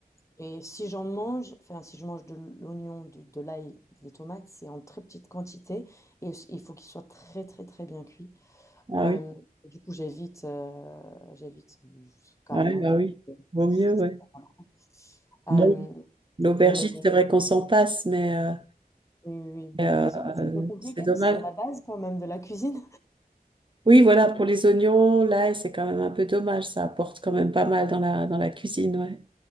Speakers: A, on the left; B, on the right.
A: et si j'en mange, enfin si je mange de l'oignon, de, de l'ail, des tomates, c'est en très petite quantité et s- il faut qu'il soit très très très bien cuit.
B: Ah
A: Euh,
B: oui,
A: du coup, j'évite, euh, j'évite euh, carrément
B: ouais, ah
A: parce
B: oui.
A: que
B: Vaut
A: ça,
B: mieux, ouais.
A: c'est pas bon.
B: Bon,
A: Euh,
B: l'aubergine,
A: mais oui,
B: c'est vrai qu'on s'en passe, mais euh,
A: oui, oui.
B: mais,
A: mais
B: euh,
A: les autres, c'est
B: euh,
A: plus compliqué
B: c'est dommage.
A: parce que c'est la base quand même de la cuisine.
B: Oui, voilà,
A: <laughs>
B: pour les oignons, l'ail, c'est quand même un peu dommage. Ça apporte quand même pas mal dans la, dans la cuisine, ouais.